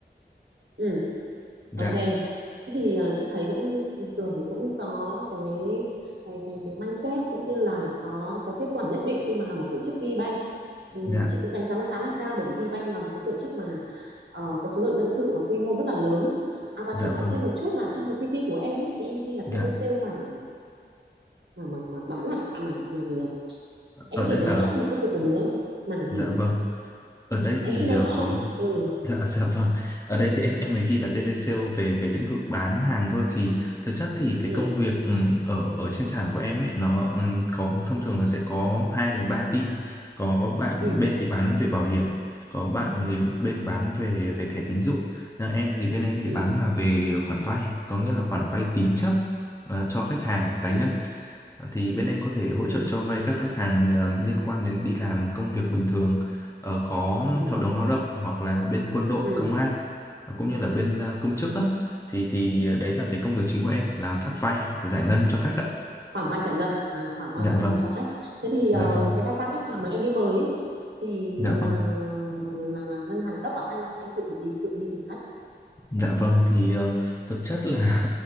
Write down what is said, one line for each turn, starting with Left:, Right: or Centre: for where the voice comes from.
Right: ừ
Left: Dạ,
Right: ok thế thì ờ, chị thấy cũng ừ, Tường thì cũng có cái cái cái cái mindset cũng như là có cái kết quả nhất định khi mà là một tổ chức VBank ừ,
Left: dạ,
Right: chị cũng đánh giá là khá là cao bởi vì VBank là một cái tổ chức mà ờ, cái số lượng nhân sự và quy mô rất là lớn à, và
Left: dạ
Right: chị hỏi
Left: vâng,
Right: thêm một chút là trong cái CV của em ý, thì em ghi là
Left: dạ.
Right: telesale mảng mảng mảng mảng mảng- mảng bán à à mảng mảng gì nhỉ Em
Left: Ở
Right: có
Left: đây
Right: thể nói
Left: là
Right: rõ hơn công việc của mình không? Mảng gì?
Left: dạ vâng. ở đây thì
Right: Em chưa nói
Left: ờ,
Right: rõ
Left: có
Right: lắm. Ừ,
Left: dạ dạ vâng ở đây thì em em mới ghi là telesale về về lĩnh vực bán hàng thôi thì thực chất thì cái
Right: ừ,
Left: công việc ừm, ở ở trên sàn của em ấy nó ừm, có thông thường là sẽ có hai đến ba team có, có bạn
Right: ừ,
Left: bên thì bán về bảo hiểm có bạn thì bên bán về về thẻ tín dụng Nhà em thì bên em thì
Right: ừ,
Left: bán là về khoản vay có nghĩa là khoản vay tín chấp ờ, cho khách hàng
Right: ừ,
Left: cá nhân thì bên em có thể hỗ
Right: ừ,
Left: trợ cho vay các khách hàng ờ, liên quan đến đi làm công việc bình thường ờ, có
Right: ừ,
Left: hợp đồng lao động hoặc là bên quân đội
Right: ừ.
Left: công an ờ, cũng như là bên ờ, công chức
Right: ừ.
Left: á thì thì đấy là cái công việc chính của em là phát vay giải ngân cho khách ạ
Right: Khoản vay giải ngân, à, khoản vay
Left: dạ
Right: và giải
Left: vâng
Right: ngân cho khách. Thế thì
Left: dạ
Right: ờ,
Left: vâng
Right: cái data khách hàng mà em đi mời ấy, thì
Left: dạ
Right: là
Left: vâng
Right: là là ngân hàng cấp à hay là bạn em tự phải tìm tự đi tìm khách?
Left: Dạ vâng thì ờ, thực chất là